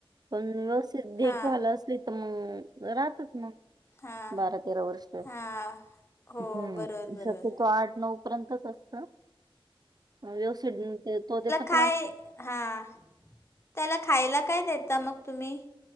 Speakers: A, on the right; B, on the left.
A: पण व्य ते देखभाल
B: हां
A: असली... तर मग राहतात मग...
B: हां
A: बारा तेरा वर्ष.
B: हां हो
A: हम्म...
B: बरोबर बरोबर
A: शक्य तो आठ नऊ पर्यंतच असतं. हं... व्यवस्थित
B: खाय...
A: <unintelligible>
B: हां... त्याला खायला काय देता मग तुम्ही?